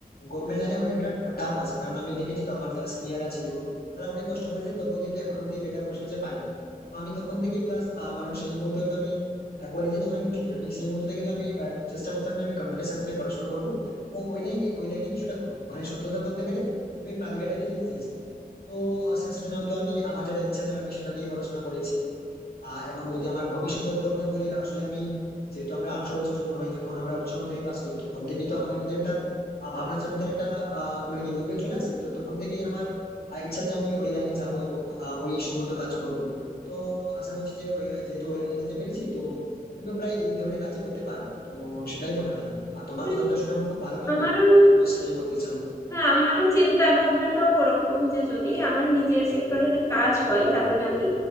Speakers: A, on the left; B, on the left.
A: গভর্নমেন্ট লাইনে অনেকটা টাফ আছে কারণ আমি দেখেছি তো আমার যারা সিনিয়ররা ছিল তারা অনেক কষ্ট করেছে তবুও কিন্তু এখন অব্দি বেকার বসে আছে পায়নি তো আমি তখন থেকেই ক্লাস মানে সেই মুহূর্তে হয়তো আমি আহ, কলেজে তখন আমি উঠিনি আমি সেই মুহূর্ত থেকে তো আমি আহ, চেষ্টা করতাম যে আমি কম্পিউটার সায়েন্স নিয়ে পড়াশোনা করবো এবং ওই লাইনে ওই লাইনে কিছুটা করবো মানে সত্যি কথা বলতে গেলে আমি প্রাইভেট লাইনে যেতে চেয়েছিলাম তো আহ, শেষমেশ হয়তো আমি আমার যেটা ইচ্ছা ছিল আমি সেটা নিয়ে পড়াশোনা করেছি আহ, এবং যদি আমার ভবিষ্যৎ পরিকল্পনা বলি আসলে আমি যেহেতু আমরা আঠারো বছর যখন হয়েছি যখন আমরা উচ্চ মাধ্যমিক পাস করি তখন থেকেই তো আমাদের মধ্যে একটা আহ, ভাবনা চিন্তার একটা আহ, মানে কি উদ্বেগ চলে আসে তো তখন থেকেই আমার আহ, ইচ্ছা যে আমি ওই লাইনে যাব এবং আহ, ওই সম্বন্ধে কাজ করব তো আশা করছি যে ওই- যেহেতু ওই লাইনে যেতে পেরেছি তো আমিও প্রায় এই ধরনের কাজই করতে পারো তো সেটাই মনে হয় আমার আর তোমার
B: হুম,
A: কথাবার্তা শুনে আমার খুব ভালো লাগলো
B: আমারও
A: তুমিও সেটাই করতে চাও
B: হ্যাঁ আমারও চিন্তা ভাবনাটাও ওরকম যে যদি আমার নিজের সেক্টরের কাজ হয় তাহলে আমি